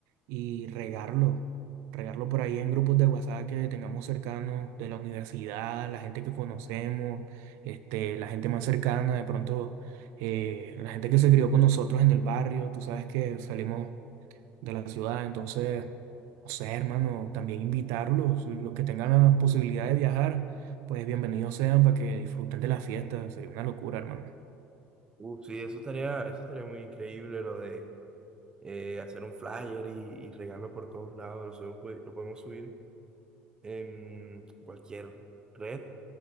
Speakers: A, on the right (about 75°); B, on the right (about 20°).
A: y regarlo. Regarlo por ahí en grupos de WhatsApp que tengamos cercanos de la universidad, la gente que conocemos, este, la gente más cercana, de pronto eh, la gente que se crió con nosotros en el barrio, tú sabes que salimos de la ciudad, entonces, no sé, hermano, también invitarlos, los que tengan la posibilidad de viajar, pues bienvenidos sean para que disfruten de la fiesta, sería una locura, hermano.
B: Uh, sí, eso estaría, eso estaría muy increíble, lo de eh, hacer un flyer y, y regarlo por todos lados. Lo, subimos, pues, lo podemos subir en cualquier red